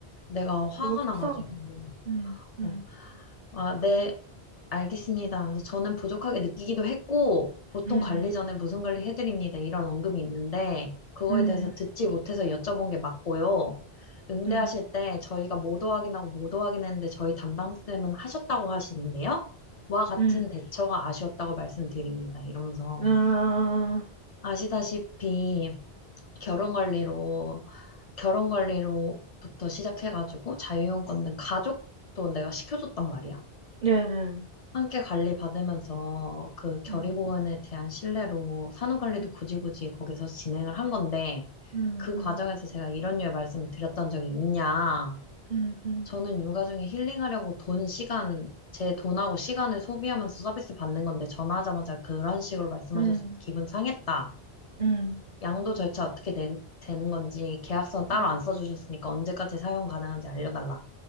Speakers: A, on the left; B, on the right.
A: 내가 화가
B: 너무 속상하다.
A: 나가지고
B: 응, 응,
A: 어, 아, 네, 알겠습니다. 그래서 저는 부족하게 느끼기도 했고, 보통
B: 응,
A: 관리 전에 무슨 관리 해드립니다. 이런 언급이 있는데, 그거에
B: 응,
A: 대해서 듣지 못해서 여쭤본 게 맞고요. 응대하실
B: 응,
A: 때 저희가 모두 확인하고 모두 확인했는데 저희 담당쌤은 하셨다고 하시는데요. 와 같은
B: 응.
A: 대처가 아쉬웠다고 말씀드립니다. 이러면서
B: 아,
A: 아시다시피 결혼 관리로 결혼 관리로부터 시작해가지고 자유형 건등 가족도 내가 시켜줬단 말이야.
B: 네네.
A: 함께 관리 받으면서 그 결의공원에
B: 응,
A: 대한 신뢰로 산후관리도
B: 응,
A: 굳이 굳이 거기서 진행을 한 건데
B: 응,
A: 그
B: 응,
A: 과정에서 제가 이런 류의 말씀을 드렸던 적이 있냐.
B: 응, 응,
A: 저는 육아 중에 힐링하려고 돈, 시간, 제 돈하고 시간을 소비하면서 서비스 받는 건데 전화하자마자 그런 식으로 말씀하셔서
B: 응,
A: 기분 상했다.
B: 응.
A: 양도 절차 어떻게 되, 되는 건지 계약서 따로
B: 응.
A: 안 써주셨으니까 언제까지 사용 가능한지 알려달라.